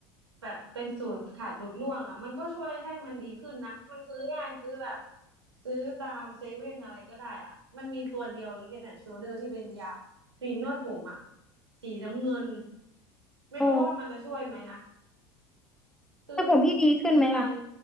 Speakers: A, on the right (about 85°); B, in the centre.
A: แบบเป็นสูตรขาดหลุดร่วงอ่ะมันก็ช่วยให้มันดีขึ้นนะมันซื้อง่ายซื้อแบบซื้อตามเซเว่นอะไรก็ได้อ่ะมันมีตัวเดียวเลย Head and Shoulder ที่เป็นยาครีมนวดผมอ่ะสีน้ำเงินไม่รู้ว่ามันจะช่วยไหมนะ
B: อ๋อ
A: คือ
B: แต่ผมพี่ดีขึ้นไหมล่ะ
A: คือมัน